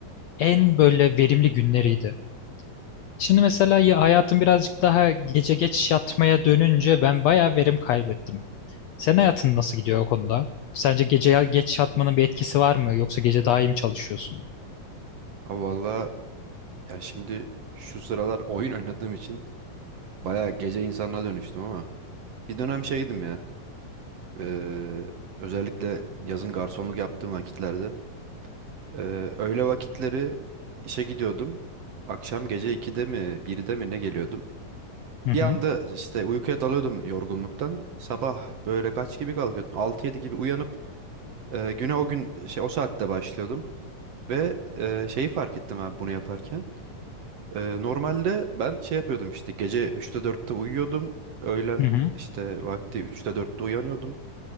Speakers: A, on the left; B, on the right.
A: en böyle verimli günleriydi. Şimdi mesela ya hayatım birazcık daha gece geç yatmaya dönünce ben bayağı verim kaybettim. Sen hayatın nasıl gidiyor o konuda? Sence gece geç yatmanın bir etkisi var mı? Yoksa gece daha iyi mi çalışıyorsun?
B: Abi valla ya şimdi şu sıralar oyun oynadığım için bayağı gece insanına dönüştüm ama bir dönem şeydim ya. eee, özellikle yazın garsonluk yaptığım vakitlerde. eee, öğle vakitleri işe gidiyordum. Akşam gece 2'de mi 1'de mi ne geliyordum.
A: Hı hı.
B: Bir anda işte uykuya dalıyordum yorgunluktan. Sabah böyle kaç gibi kalkıyordum? altı yedi gibi uyanıp eee, güne o gün şey o saatte başlıyordum. Ve eee, şeyi fark ettim abi bunu yaparken. Ee, normalde ben şey yapıyordum işte gece üçte dörtte uyuyordum. Öğlen
A: Hı hı.
B: işte vakti üçte dörtte uyanıyordum.